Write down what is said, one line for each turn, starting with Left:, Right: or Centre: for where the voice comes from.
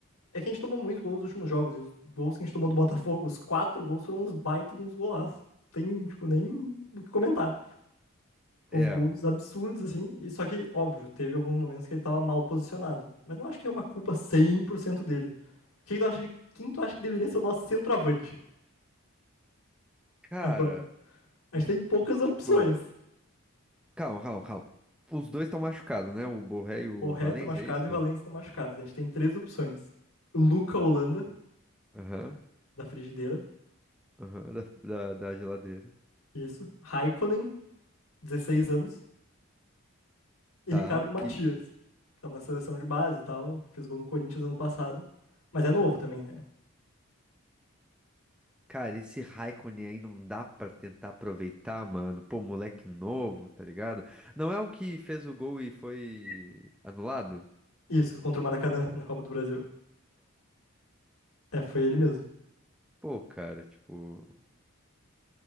Left: é que a gente tomou muito gol nos últimos jogos, e os gols que a gente tomou do Botafogo, os quatro gols foram uns baita de uns golaços. Tem, tipo, nem o que comentar. Uns
Centre: É,
Left: gols absurdos, assim, e só que, óbvio, teve alguns momentos que ele tava mal posicionado. Mas não acho que é uma culpa 100% dele. O que que tu acha de quem tu acha que deveria ser o nosso centroavante
Centre: cara,
Left: agora? A
Centre: de
Left: gente tem poucas opções.
Centre: tipo. Calma, calma, calma. Os dois estão machucados, né? O Borré e o
Left: Borré
Centre: Valencia,
Left: tá machucado
Centre: é isso?
Left: e Valencia tá machucado. A gente tem três opções. Luca Holanda,
Centre: Aham.
Left: da frigideira,
Centre: Aham, da, da, da geladeira.
Left: isso. Raikkonen, 16 anos. E
Centre: Tá,
Left: Ricardo Matias,
Centre: que.
Left: que tava na seleção de base e tal, fez gol no Corinthians ano passado. Mas é novo também, né?
Centre: Cara, esse Raikkonen aí não dá pra tentar aproveitar, mano. Pô, moleque novo, tá ligado? Não é o que fez o gol e foi anulado?
Left: Isso, contra o Maracanã, na Copa do Brasil. É, foi ele mesmo.
Centre: Pô, cara, tipo.